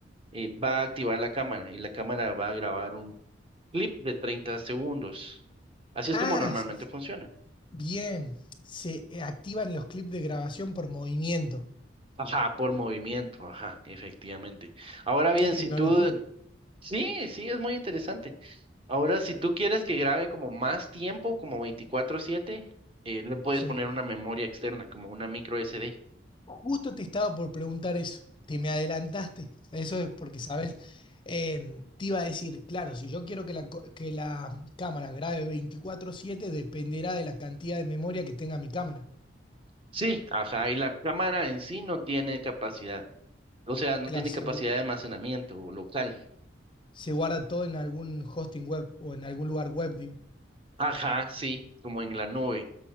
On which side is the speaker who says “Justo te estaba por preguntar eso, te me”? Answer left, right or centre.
Left